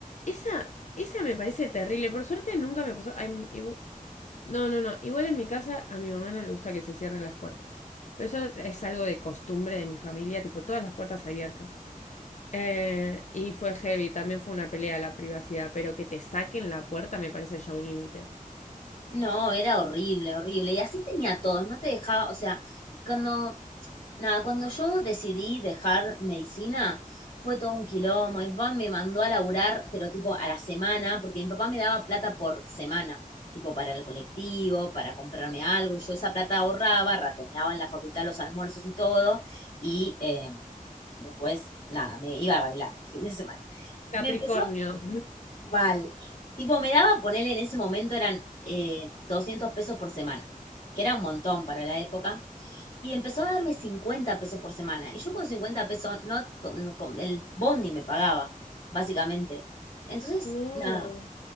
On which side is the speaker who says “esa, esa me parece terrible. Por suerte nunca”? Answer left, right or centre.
Left